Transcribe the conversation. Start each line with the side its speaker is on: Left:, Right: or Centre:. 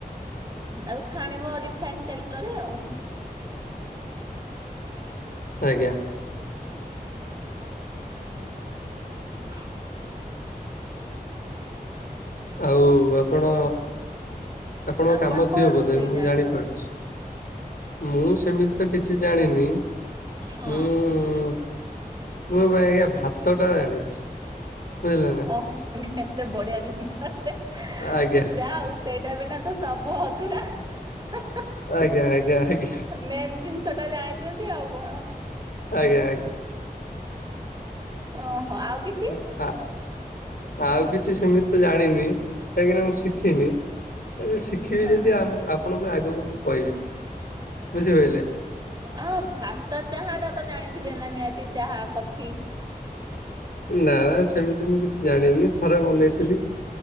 Right: ତାକୁ ଛାଣିବ ରିଫାଇନ ତେଲରେ ଆଉ।
Left: ଆଜ୍ଞା।
Right: <unintelligible>
Left: ଆଉ ଆପଣ ଆପଣଙ୍କ
Right: ଆପଣ
Left: କାମ
Right: କଣ
Left: ଥିବ
Right: ରୋଷେଇ
Left: ବୋଧେ ମୁଁ
Right: ଜାଣିଛନ୍ତି?
Left: ଜାଣିପାରୁଛି? ମୁଁ ସେମିତେ କିଛି ଜାଣିନି
Right: ହଁ।
Left: ମୁଁ ମୁଁ ଏବେ ଆଜ୍ଞା ଭାତ ଟା ଜାଣିଛି ବୁଝିଲେ ନା
Right: ଓ କେତେ ବଢିଆ ଜିନିଷଟେ
Left: ଆଜ୍ଞା।
Right: ଯାହା ହଉ ସେଇଟା ବିନା ତ ସବୁ ଅଧୁରା ହା ହା
Left: ଆଜ୍ଞା ଆଜ୍ଞା ଆଜ୍ଞା
Right: ମେନ୍ ଜିନିଷ ଟା ଜାଣିଛନ୍ତି ଆଉ କଣ।
Left: ଆଜ୍ଞା ଆଜ୍ଞା
Right: ଓହୋ ଆଉ କିଛ
Left: ହଁ ଆ ଆଉ କିଛି ସେମିତି ଜାଣିନି କାହିଁକିନା ମୁଁ ଶିଖିନି <unintelligible> ଶିଖ କ୍ଷୀରି
Right: ହଁ
Left: ଯଦି ଆମ୍ପ ଆପଣଙ୍କୁ ଆଗକୁ ମୁଁ କହିବି ବୁଝିପାଇଲେ?
Right: ଅ ଭାତ ଚାହା ଟା ତ ଜାଣିଥିବେ ନା ନିହାତି ଚାହା କଫି?
Left: ନା ସେମିତି ମୁଁ କିଛି ଜାଣିନି ଥରେ ବନେଇଥିଲି